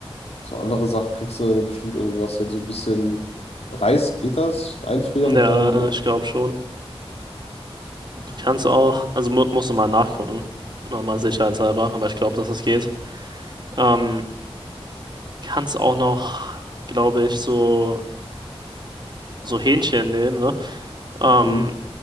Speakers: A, on the left; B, on the right.
A: so andere Sachen kriegst du bestimmt irgendwie was hin. So ein bisschen Reis geht das, einfrieren
B: Ja,
A: und dann im Ofen.
B: ich glaube schon. Du kannst auch, also mu musst du mal nachgucken. Nochmal sicherheitshalber, aber ich glaube, dass es geht. Ähm. kannst auch noch, glaube ich, so, so Hähnchen nehmen, ne? Ähm,
A: Mhm.